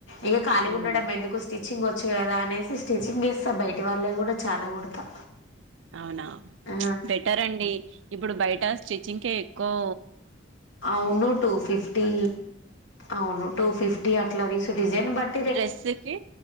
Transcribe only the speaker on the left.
ఇగ ఖాళీ
ఉండడం ఎందుకు స్టిచింగ్ వొ చ్చు కదా అనేసి స్టిచ్చింగ్ చెస్తా బయటి వాళ్ళవి కూడా చాలా కుడతా
ఆ,
అవును టూ ఫిఫ్టీ అవును టూ ఫిఫ్టీ అట్లా దీసు డిజైన్ బట్